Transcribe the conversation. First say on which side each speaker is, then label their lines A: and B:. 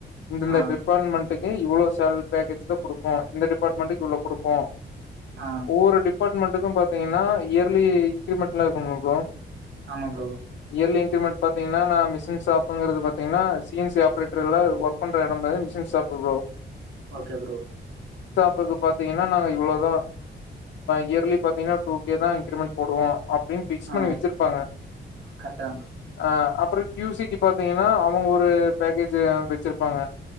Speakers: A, on the left (about 80°); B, on the right (about 85°).
A: இந்த
B: ஆ
A: டிபார்ட்மெண்ட்டுக் இவ்ளோ சேல் பேக்கேஜ் த குடுப்போ இந்த டிபார்ட்மெண்டுக்கு இவ்ளோ குடுப்போ
B: ஆ
A: ஒவ்வொரு டிபார்ட்மெண்ட்டுக்கு பாத்தீங்கன்னா இயர்லி இன்கிரிமெண்ட்லா இருக்கும்ம ப்ரோ
B: ஆமா ப்ரோ
A: இயர்லி இன்கிரிமெண்ட் பாத்தீங்கன்னா நா மிஷின்ஷாப்ங்கிறது பாத்தீங்கன்னா சி என் சி ஆப்ரேட்ர் ல ஒர்க் பண்ற எடம் பேருதா மிஷின் ஷப் <unintelligible> ப்ரோ
B: ஓகே ப்ரோ.
A: இப்பக்கு பாத்தீங்கன்னா நாங்க இவ்ளோதா இயர்லி ம் பாத்தீங்கன்னா டூ கே தா இன்கிரிமெண்ட் போடுவோ அப் டின்னு பிக்ஸ்
B: ஆ
A: பண்ணி வச்சிருப்பாங்க
B: கரெக்ட் தா ப்ரோ
A: ஆ அப்ற கியூ சி டிபார்ட் பாத்தீங்கன்னா அவங்க ஒரு பேக்கேஜ் வச்சிருப்பாங்க